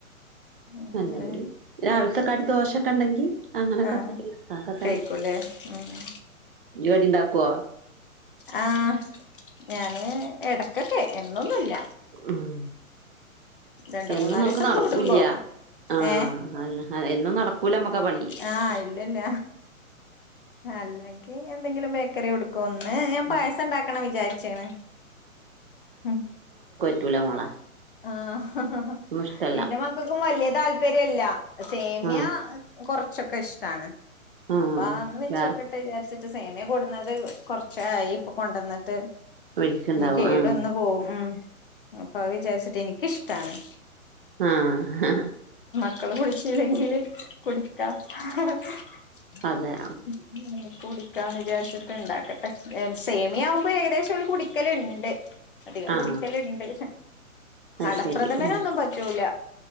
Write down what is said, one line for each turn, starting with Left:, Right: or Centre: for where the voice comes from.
Left: അങ്ങനെല്ലേ
Right: അല്ലെങ്കിൽ രാവിലത്തെക്കടി ദോശൊക്കെ ഉണ്ടെങ്കി അങ്ങനൊക്കെ
Left: ആഹ്
Right: <unintelligible> തന്നെ
Left: കഴിക്കൂലേ ഉം
Right: ഈയ് കടി ഉണ്ടാക്കുവോ?
Left: ആ ഞാന് എടക്കൊക്കെ എന്നൊന്നുല്ല.
Right: ഉം
Left: രണ്ട്
Right: എന്നും
Left: മൂന്നാല്
Right: നമുക്ക്
Left: ദിസം
Right: നടക്കൂല്ല
Left: കൂടുമ്പോ.
Right: ആഹ്
Left: ഏ
Right: അതന്നെ എന്നും നടക്കൂല നമ്മക്കാ പണി
Left: ആഹ് ഇല്ലല്ല. അല്ലെങ്കി എന്തെങ്കിലും ബേക്കറി കൊടുക്കും. ഒന്ന് ഞാൻ
Right: ഉം
Left: പായസം ഉണ്ടാക്കണം വിചാരിച്ചാണ്. ഉം
Right: റ്റൂല മോളെ.
Left: ആഹ് ഹ ഹ ഹാ
Right: ഒന്നും ഇഷ്ടല്ല
Left: എന്റെ മക്കക്കും വല്ല്യ താൽപര്യല്ല സേമിയ
Right: ആഹ്
Left: കൊറച്ചൊക്കെ ഇഷ്ടാണ്
Right: ആഹ്
Left: അപ്പൊ
Right: ആഹ്
Left: അന്ന് വെച്ചനോക്കട്ടെ
Right: വേറെ
Left: വിചാരിച്ചിട്ട് സേമിയ കൊടുന്നത് കൊറച്ചായി ഇപ്പൊ കൊണ്ട് വന്നിട്ട്
Right: വഴിക്ക്ണ്ടാവും
Left: എകേടവന്ന്
Right: ആഹ്
Left: പോവു ഉം അപ്പൊ അ വിചാരിച്ചി ഇഷ്ടാണ്
Right: ആ ഹ് ഹാ
Left: മക്കള് കുടിച്ചില്ലെങ്കില് കുടിക്കാ <unintelligible>
Right: അതെ
Left: കുടിക്കാന്ന് വിചാരിച്ചിട്ട് ഇണ്ടാക്കട്ടെ സേമിയ ആവുമ്പോഴ് ഏകദേശം ഒള് കുടിക്കലണ്ട് അധികം
Right: ആഹ്
Left: കുടിക്കലണ്ട്
Right: അത്
Left: അടപ്രഥമനൊന്നും
Right: ശരി ഉം
Left: പറ്റൂല